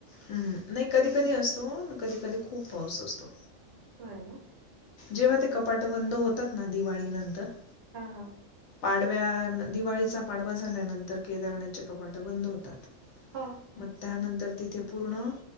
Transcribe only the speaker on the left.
हम्म नाही कधी कधी असतो, कधी कधी खूप पाऊस असतो.
जेव्हा ते कपाट बंद होतात ना, दिवाळी नंतर.
पाडव्या दिवाळीचा पाडवा झाल्यानंतर, केदारनाथचे कपाट बंद होतात.
मग त्यानंतर तर तिथे पूर्ण